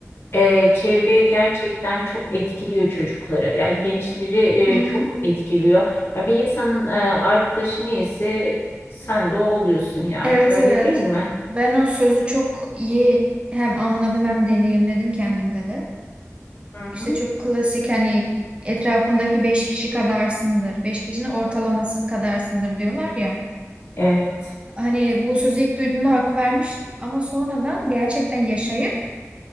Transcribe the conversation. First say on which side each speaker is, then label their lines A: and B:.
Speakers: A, on the left; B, on the right.
A: e, çevreye gerçekten çok etkiliyor çocukları. Yani gençleri
B: hı hı.
A: e, çok etkiliyor. Ya bir insanın e, arkadaşı neyse sen de o oluyorsun yani.
B: Evet
A: Öyle
B: evet.
A: değil mi?
B: Ben o sözü çok iyi hem anladım hem deneyimledim kendimde de.
A: Hı
B: İşte
A: hı.
B: çok klasik hani etrafındaki beş kişi kadarsındır. Beş kişinin ortalaması kadarsındır diyorlar ya.
A: Evet.
B: Hani bu sözü ilk duyduğumda hak vermiştim ama sonradan gerçekten yaşayıp